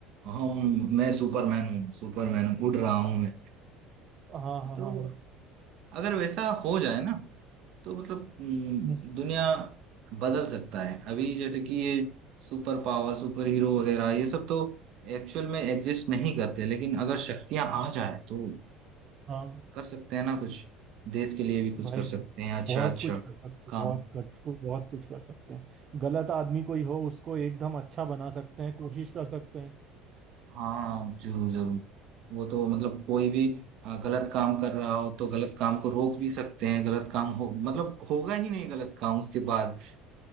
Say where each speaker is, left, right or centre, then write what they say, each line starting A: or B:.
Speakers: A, on the right; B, on the right.
A: हम मैं सुपरमैन हूँ सुपरमैन उड़ रहा हूँ मैं
B: हाँ
A: <laughs>
B: हाँ
A: तो
B: हाँ हाँ
A: अगर वैसा हो जाए ना तो मतलब हम्म,
B: हम्म,
A: दुनिया बदल सकता है अभी जैसे कि ये सुपर पावर सुपर हीरो वगैरह ये सब तो एक्चुअल में एग्जिस्ट नहीं करते लेकिन अगर शक्तियां आ जाए तो
B: हाँ
A: कर सकते हैं ना कुछ देश के लिए भी कुछ
B: भाई
A: कर सकते हैं अच्छा
B: बहुत
A: अच्छा
B: कुछ कर सकते
A: काम
B: बहुत कर कुछ बहुत कुछ कर सकते हैं गलत आदमी कोई हो उसको एकदम अच्छा बना सकते हैं कोशिश कर सकते हैं
A: हाँ जरूर जरूर वो तो मतलब कोई भी आ, गलत काम कर रहा हो तो गलत काम को रोक भी सकते हैं गलत काम हो मतलब होगा ही नहीं गलत काम उसके बाद